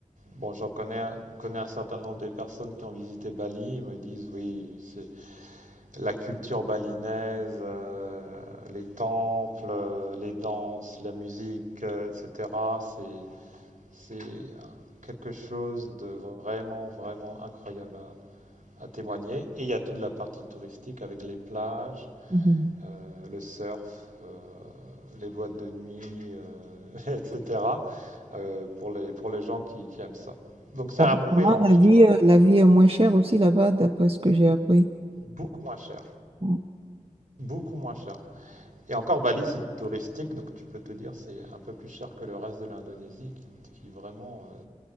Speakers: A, on the right; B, on the right.
A: bon, j'en connais, un- connais un certain nombre de personnes qui ont visité Bali. Ils me disent, oui, c'est la culture balinaise, euh, les temples, euh, les danses, la musique, euh, etc. C'est C'est quelque chose de vraiment, vraiment incroyable à, à témoigner. Et il y a toute la partie touristique avec les plages,
B: Mhm.
A: euh, le surf, euh, les boîtes de nuit, euh, <laughs> etc. euh, pour, les, pour les gens qui, qui aiment ça. Donc c'est
B: Apparemment,
A: un bon mélange,
B: la vie,
A: tu vois.
B: euh, la vie est moins chère aussi là-bas, d'après ce que j'ai appris.
A: Beaucoup moins cher.
B: Mhm.
A: Beaucoup moins cher. Et encore, Bali, c'est touristique, donc tu peux te dire c'est un peu plus cher que le reste de l'Indonésie, qui, qui vraiment euh,